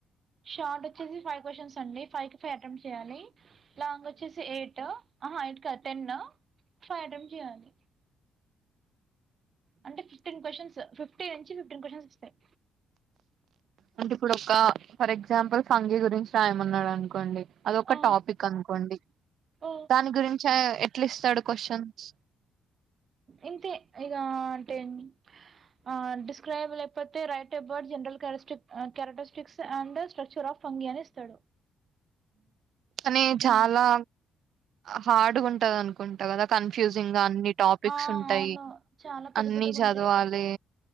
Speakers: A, on the right (about 50°); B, on the right (about 70°).
A: షార్ట్ వచ్చేసి ఫైవ్ క్వశ్చన్స్ అండి ఫైవ్ కి ఫైవ్ ఎటెంమ్ చేయాలి లాంగ్ వచ్చేసి ఎయిటు ఆహా ఎయిట్ కాదు టెన్ ఫైవ్ ఎటెంమ్ చేయ్యాలి అంటే ఫిఫ్టీన్ క్వశ్చన్సు ఫిటీ నుంచి ఫిఫ్టీటీన్ క్వశ్చన్స్ వస్తాయి
B: అంటే ఇప్పుడు ఒక ఫర్ ఎగ్జాంపుల్ ఫంగయ్ గురించి రాయమన్నాడు అనుకోండి అదొక
A: ఆ,
B: టాపిక్ అనుకోండి
A: ఆ,
B: దాని గురించి ఎట్లా ఇస్తాడు క్వశ్చన్స్
A: ఇంతే ఇగా అంటే ఏం అ డిస్క్రైబ్ లేకపోతే write about general characteristic a characteristics and structure of fungi అనే ఇస్తాడు
B: అని చాలా
A: ఉమ్.
B: హార్డ్ ఉంటది అనుకుంటా కదా కన్ఫ్యూజింగ్గా అన్ని టాపిక్స్
A: ఆ,
B: ఉంటాయి
A: అవును చాలా పెద్ద
B: అన్ని
A: పెద్దగా
B: చదవాలి
A: ఉంటాయి